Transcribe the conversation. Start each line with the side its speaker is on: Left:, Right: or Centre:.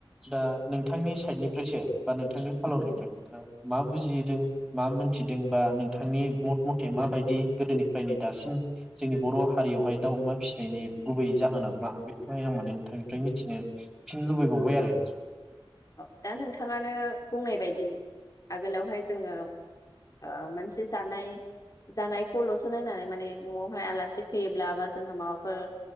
Centre: दा नोंथांनि साइडनिफ्रायसो बा नोंथांनि फालरनिफ्राय सो मा बुजिदों मा मोनथिदोंबा नोंथांनि मत मथे माबायदि गोदोनिफ्रायनो दासिम जोंनि बर' हारियावहाय दाउ अमा फिसिनायनि गुबै जाहोना मा बे ओमफाय आं माने नोंथांनिफ्राय मिथिनो फिन लुबैबावबाय
Left: औ
Centre: आरो।
Left: औ दा नोंथाङानो बुंनाय बायदि आगोलावहाय जोङो ओ मोनसे जानाय जानायखौल'सो नायनानै माने न'आवहाय आलासि फैयोब्ला जोंहा माबाफोर